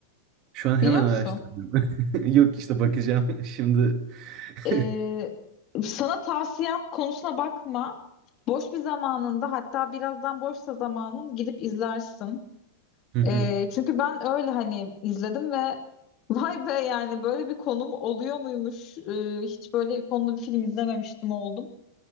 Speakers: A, on the right; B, on the left.
A: Şu an hemen
B: Biliyor musun?
A: araştırıyorum. <laughs> Yok işte bakacağım şimdi. <laughs>
B: Ee, sana tavsiyem konusuna bakma. Boş bir zamanında hatta birazdan boşsa zamanın gidip izlersin.
A: Hı hı,
B: Ee, çünkü ben öyle hani izledim ve <laughs> vay be yani böyle bir konum oluyor muymuş? Ee, hiç böyle konulu bir film izlememiştim oldum.